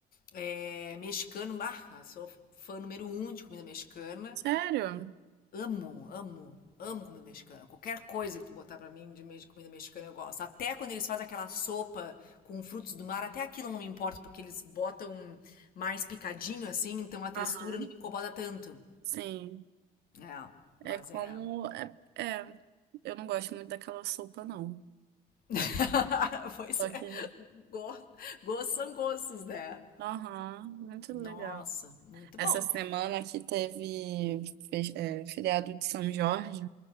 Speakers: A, on the left; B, on the right.
A: É, mexicano, bah, sou fã número um de comida mexicana.
B: Sério?
A: Amo, amo, amo comida mexicana. Qualquer coisa que tu botar pra mim de me- comida mexicana eu gosto. Até quando eles fazem aquela sopa com frutos do mar, até aquilo não me importa, porque eles botam mais picadinho assim, então a textura
B: Aham.
A: não me incomoda tanto.
B: Sim.
A: É,
B: É
A: mas
B: como.
A: é.
B: É, é, eu não gosto muito daquela sopa, não.
A: <laughs> Pois
B: Só
A: é.
B: que.
A: Go- Gostos são gostos, né?
B: Aham, muito
A: Nossa,
B: legal.
A: muito
B: Essa
A: bom.
B: semana aqui teve fe- é, feriado de São Jorge.